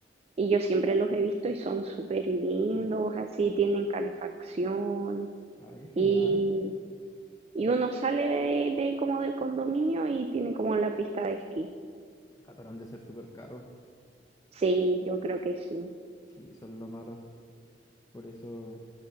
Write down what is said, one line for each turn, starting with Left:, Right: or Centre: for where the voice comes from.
Right: Y yo siempre los he visto y son súper lindos, así, tienen calefacción.
Left: Ah, qué genial.
Right: Y, y uno sale de, de como del condominio y tiene como la pista de esquí.
Left: Ah, pero han de ser súper caros.
Right: Sí, yo creo que sí.
Left: Sí, eso es lo malo. Por eso